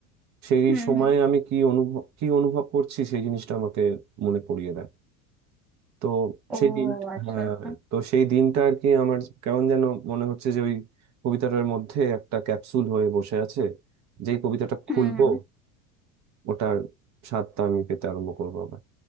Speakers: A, on the right (about 40°); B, in the centre.
A: সেই
B: হুম
A: সময়ে
B: হুম
A: আমি কি অনুভব কি অনুভব করছি সেই জিনিসটা আমাকে মনে পড়িয়ে দেয় তো
B: ও
A: সেই দিন
B: আচ্ছা
A: হ্যাঁ
B: আচ্ছা
A: তো সেই দিনটা আর কি আমার কেমন যেন মনে হচ্ছে যে ওই কবিতাটার মধ্যে একটা ক্যাপসুল হয়ে বসে আছে যেই কবিতাটা খুলবো
B: হুম হুম
A: ওটার স্বাদটা আমি পেতে আরম্ভ করবো আবার